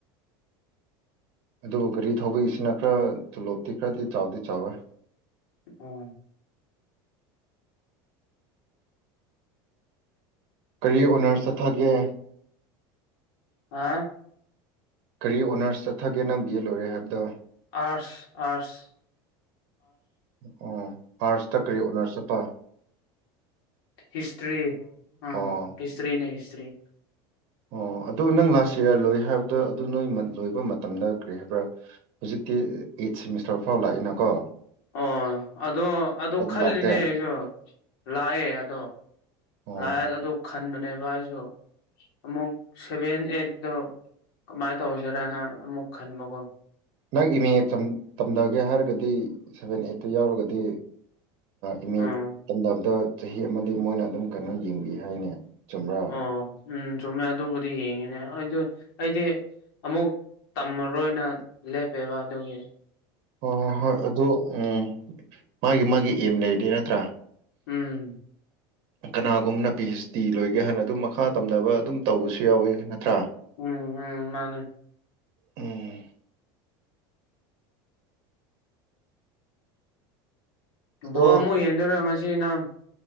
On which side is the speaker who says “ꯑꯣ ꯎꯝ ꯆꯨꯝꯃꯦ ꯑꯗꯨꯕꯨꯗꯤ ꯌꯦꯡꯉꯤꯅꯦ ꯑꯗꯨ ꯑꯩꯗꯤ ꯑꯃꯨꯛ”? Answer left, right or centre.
Left